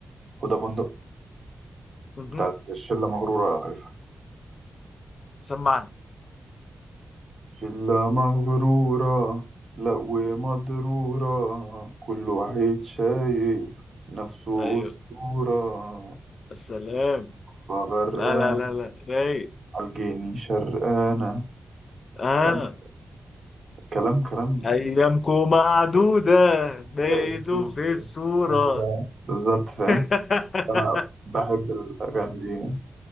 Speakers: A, on the right; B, on the left.
A: هدى بندق
B: مهم.
A: بتاعت شلة مغرورة عارفها
B: سمعني
A: شلة مغرورة لا ومضرورة كل واحد شايف نفسه
B: ايوه
A: أسطورة
B: السلام
A: فغرقان
B: لا لا لا لا رايق
A: عالجيني شرقانة
B: اه
A: فاهم كلام كلام
B: ايامكم معدودة بقيتوا
A: لقيته
B: في
A: في
B: الصورة
A: الصورة بالظبط فاهم
B: <laughs>
A: أنا بحب الأغاني دي يعني